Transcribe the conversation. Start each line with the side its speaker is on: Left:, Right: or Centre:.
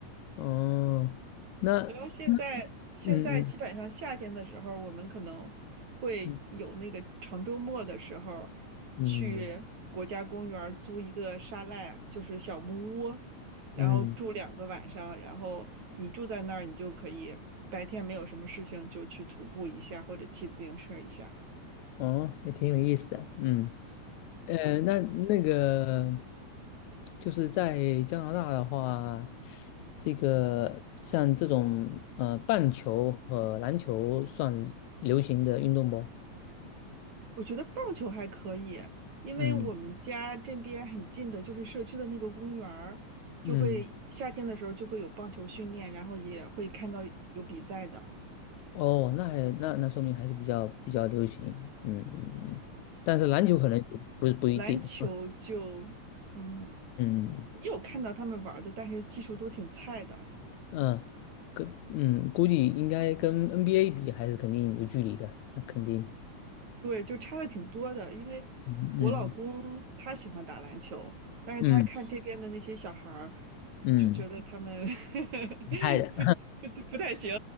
Left: 哦，那，
Right: 然后现在现在基本上夏天的时候，
Left: 嗯嗯
Right: 我们可能会有那个长周末的时候
Left: 嗯嗯
Right: 去国家公园儿租一个沙赖，就是小木屋，然后住两个晚上，
Left: 嗯，
Right: 然后你住在那儿，你就可以白天没有什么事情就去徒步一下或者骑自行车一下。
Left: 哦，也挺有意思的，嗯，呃，那那个就是在加拿大的话，这个像这种呃棒球和篮球算流行的运动不？
Right: 我觉得棒球还可以，因为我们嗯家这边很近的，
Left: 嗯
Right: 就是社区的那个公园儿，就会夏天的时候就会有棒球训练，
Left: 嗯，
Right: 然后也会看到有比赛的。
Left: 哦，那还那那说明还是比较比较流行，嗯嗯嗯，但是篮球可能不是不一定，
Right: 篮球就，
Left: 嗯。
Right: 嗯，
Left: 嗯
Right: 你有看到他们玩儿的，但是技术都挺菜的，
Left: 嗯，跟嗯，估计应该跟 NBA 比还是肯定有距离的，那肯定，
Right: 对，就差的挺多的。因为我老公他喜欢打篮球，
Left: 嗯
Right: 但是他看这嗯边的那些小孩儿，
Left: 嗯嗯嗯，
Right: 就觉得嗯他们 <laughs>
Left: 太的，
Right: 不不不太行。